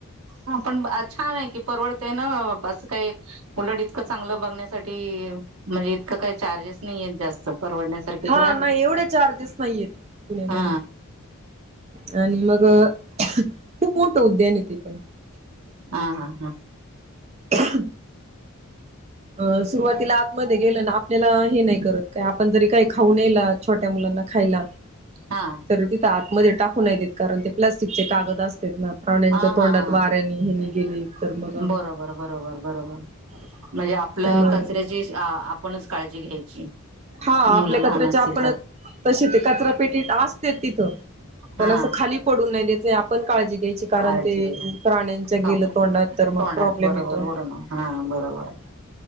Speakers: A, on the right; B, on the right.
A: हा पण छान आहे, की परवडत ना असं काय उलट इतकं चांगलं बघण्यासाठी म्हणजे इतकं काही चार्जेस नाहीय जास्त. परवडण्यासारखे
B: हा
A: तर आहेत
B: नाही एवढे चार्जेस नाहीय हेत.
A: हा
B: <unintelligible> आणि मग खूप मोठं उद्यान येते पण,
A: हा हा हा
B: <unintelligible> अ सुरुवातीला आतमध्ये गेलं ना आपल्याला हे नाही करत काय आपण जरी काही खाऊ नल छोट्या मुला खायला
A: हा
B: तर तिथ आतमध्ये टाकू नाहीेत कारण ते प्लास्टिकचे कागद असते ना! प्राण्यांच्या
A: हा
B: तोंडात
A: हा हा,
B: वाऱ्याने हेनी गेले तर मग
A: बरोबर! बरोबर! बरोबर! म्हणजे आपलं
B: त्यामुळे
A: कचऱ्याची आपणच काळजी घ्यायची.
B: हा आपल्या
A: मुलं लहान
B: कचऱ्याचे
A: असतील
B: आपण
A: तर
B: तसे ते कचरा पेटी असते तिथं. पण
A: हा
B: असं खाली पडून नाही त्या्याच आपण काळजी घ्यायची कारण
A: काळजी
B: ते
A: घे
B: प्राण्यांच्या गेलं
A: हो
B: तोंडात तर
A: तोंडात
B: प्रब्लेम
A: बरोबर
B: येतो.
A: ओढण हा बरोबर